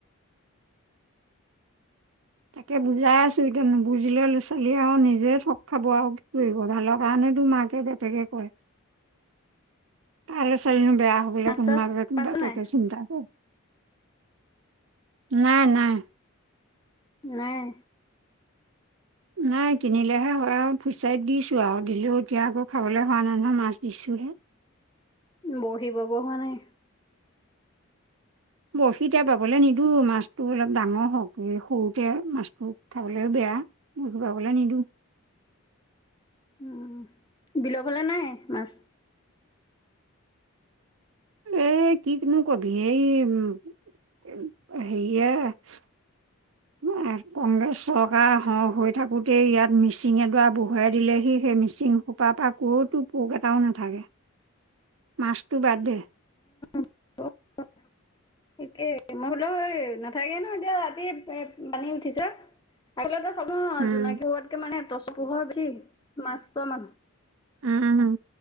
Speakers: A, on the right; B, on the left.
A: তাকে বুজাই আছো এতিয়া নুবুজিলে ল ছালীয়ে আও নিজে ঠগ খাব আও কি কইব ভালৰ কাৰণে এটো মাকে বাপেকে কয়।
B: <inaudible>
A: কা নো ছোৱালীনো বেয়া হ'বলৈ
B: মাছ
A: কোন
B: চাছ
A: মাক-বাপেকে
B: পাইছ নাই
A: চিন্তা কৰে। নাই, নাই।
B: নাই।
A: নাই কিনিলেহে হয় আও। ফিচাইত দিছো আও দিলেও এতিয়া আকৌ খাবলৈ হোৱা নাই নহয়। মাছ দিছো উহে।
B: বহি বাব হোৱা নাই?
A: বশি এতিয়া বাবলে নিদো। মাছতটো অলপ ডাঙৰ হওঁক এই সৰুতে মাছটো খাবলৈও বে য়া বশি বাবলৈ নিদো।
B: উ। বিলফালে নাই মাছ?
A: এ, কি কিনো কবি, এই, উ। <unintelligible> <unintelligible> কংগ্ৰেছ চৰকাৰ খন হৈ থাকোতেই ইয়াত মিচিং এডৰা বঢুৱাই দিলেহি সেই মিচিং সোপা পৰা কতো পোক এটাও নাথাকে। মাছটো বাদে।
B: <unintelligible> <unintelligible> মই <unintelligible> নাথাকেই নহয়, এতিয়া ৰাতি পানী <unintelligible> <unintelligible>
A: উম
B: <unintelligible> জোনাকী হোৱাতকে মানে, টচ পোহৰ <unintelligible>
A: উম, উম,